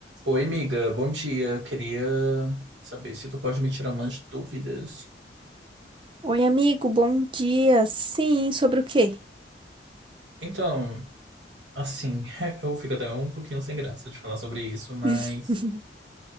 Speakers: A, on the right; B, on the right.
A: Oi, amiga, bom dia. Eu Queria saber se tu pode me tirar umas dúvidas.
B: Oi, amigo, bom dia. Sim, sobre o quê?
A: Então, assim, <laughs> eu fico até um pouquinho sem graça de falar sobre isso, mas
B: <laughs>